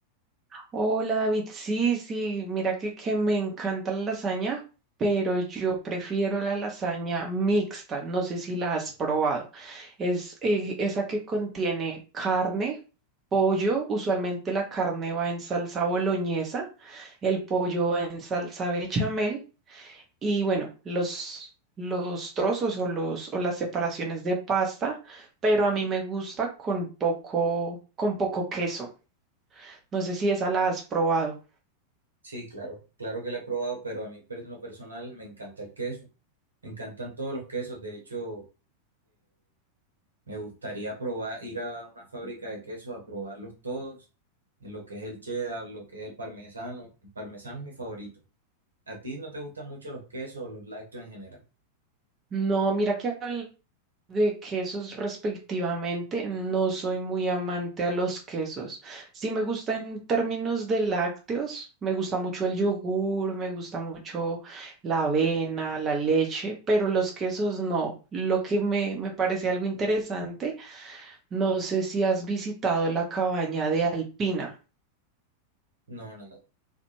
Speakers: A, on the right; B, on the right.
A: Hola David, sí, sí, mira que, que me encanta la lasaña, pero yo prefiero la lasaña mixta, no sé si la has probado. Es eh, esa que contiene carne, pollo, usualmente la carne va en salsa boloñesa, el pollo va en salsa bechamel y bueno, los, los trozos o, los, o las separaciones de pasta, pero a mí me gusta con poco, con poco queso. No sé si esa la has probado.
B: Sí, claro, claro que la he probado, pero a mí per- en lo personal me encanta el queso, me encantan todos los quesos, de hecho, Me gustaría probar, ir a una fábrica de queso a probarlos todos, en lo que es el cheddar, lo que es el parmesano. El parmesano es mi favorito. ¿A ti no te gustan mucho los quesos o los lácteos en general?
A: No, mira que hablar de quesos respectivamente, no soy muy amante a los quesos. Sí me gusta en términos de lácteos, me gusta mucho el yogur, me gusta mucho la avena, la leche, pero los quesos no. Lo que me, me parece algo interesante, no sé si has visitado la cabaña de Alpina.
B: No, nada.